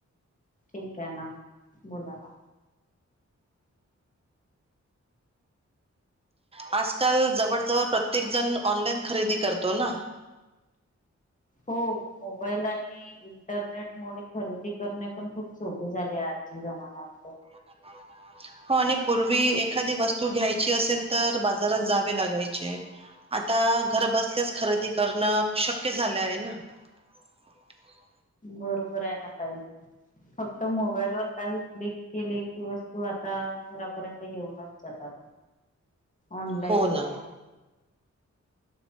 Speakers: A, on the left (about 25°); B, on the right (about 20°).
A: ठीक ये ना, बोला ना.
B: आजकाल जवळजवळ प्रत्येक जण ऑनलाईन खरेदी करतो ना.
A: हो मोबाईल आणि इंटरनेटमुळे खरेदी करणे पण खूप सोपे झाले आजच्या जमान्यामध्ये.
B: <inaudible> हो आणि पूर्वी एखादी वस्तू घ्यायची असेल तर, बाजारात जावे लागायचे. आता घर बसल्याच खरेदी करणं शक्य झालं आहे ना. <inaudible>
A: बरोबर आहे ना ताई. फक्त मोबाईल वर काही क्लिक केले की, वस्तू आता घरा पर्यंत येऊनच जातात, ऑनलाईन
B: हो ना
A: मुळे.